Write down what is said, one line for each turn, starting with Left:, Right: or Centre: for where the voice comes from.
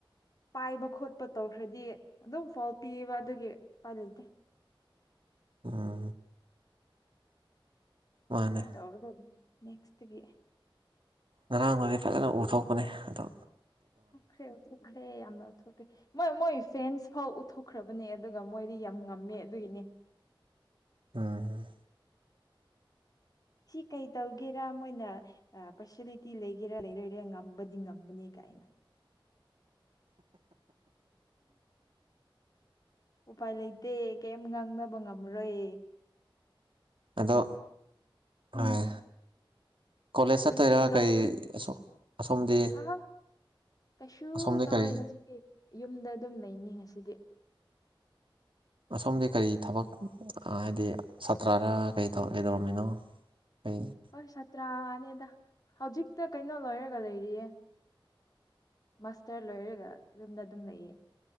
Left: ꯄꯥꯏꯕ ꯈꯣꯠꯄ ꯇꯧꯈ꯭ꯔꯗꯤ ꯑꯗꯨꯝ ꯐꯣꯜ ꯄꯤꯕ ꯑꯗꯨꯒꯤ ꯎꯄꯥꯏ ꯂꯩꯇꯦ
Right: ꯎꯝ ꯃꯥꯅꯦ
Left: ꯑꯥꯏ ꯇꯥꯎꯗ ꯑꯗꯨ ꯅꯦꯛꯁꯠ ꯒꯤ
Right: ꯉꯔꯥꯡꯗꯨꯗꯤ ꯐꯖꯅ ꯎꯊꯣꯛꯄꯅꯤ ꯑꯗꯨꯗꯣ
Left: ꯑꯣꯊꯈ꯭ꯔꯦ ꯑꯣꯊꯣꯛꯈ꯭ꯔꯦ ꯑꯣꯊꯈ꯭ꯔꯦ ꯃꯣꯏ ꯃꯣꯏ ꯐꯦꯟꯁ ꯐꯥꯎ ꯎꯠꯊꯣꯛꯈ꯭ꯔꯕꯅꯦ ꯑꯗꯨꯒ ꯃꯣꯏꯗꯤ ꯌꯥꯝ ꯉꯝꯃꯦ ꯑꯗꯨꯒꯤꯅꯦ
Right: ꯎꯝ
Left: ꯁꯤ ꯀꯩ ꯇꯧꯒꯦꯔꯥ ꯃꯣꯏꯅ ꯄꯥꯔꯁꯂꯤꯇꯤ ꯂꯩꯒꯦꯔꯥ ꯂꯩꯔꯣꯏꯔꯥ ꯉꯝꯕꯗꯤ ꯉꯝꯕꯅꯦ ꯀ ꯑꯩꯅ ꯎꯄꯥꯏ ꯂꯩꯇ ꯀꯩꯦꯝ ꯉꯥꯡꯅꯕ ꯉꯝꯔꯣꯏ
Right: ꯑꯗꯣ ꯄꯥꯏ
Left: ꯎꯝ
Right: ꯀꯣꯂꯦꯖ
Left: ꯀꯩ
Right: ꯆꯠꯇꯣꯏꯔ
Left: ꯀꯩꯗꯧꯒꯦ
Right: ꯀꯔꯤ ꯑꯁꯣꯝꯗꯤ
Left: ꯑꯍ ꯀꯩꯁꯨ
Right: ꯑꯁꯣꯝꯗꯤ
Left: ꯇꯧꯔꯦ
Right: ꯀꯔꯤ
Left: ꯉꯁꯤꯗꯤ ꯌꯨꯝꯗ ꯑꯗꯨꯝ ꯂꯩꯅꯤ ꯉꯁꯤꯗꯤ
Right: ꯑꯁꯣꯝꯗꯤ ꯀꯔꯤ ꯊꯕꯛ ꯍꯥꯏꯗꯤ ꯁꯥꯇ꯭ꯔꯅ ꯀꯔꯤꯛ ꯀꯩꯗꯧꯔꯝꯃꯤꯅꯣ ꯑꯩ
Left: ꯍꯣꯏ ꯁꯥꯇ꯭ꯔꯥꯅꯦꯗ ꯍꯧꯖꯤꯛꯇ ꯀꯩꯅꯣ ꯂꯣꯏꯔꯒ ꯂꯩꯔꯤꯌꯦ ꯃꯥꯁꯇꯔ ꯂꯣꯏꯔꯒ ꯌꯨꯝꯅ ꯑꯗꯨꯝ ꯂꯩꯌꯦ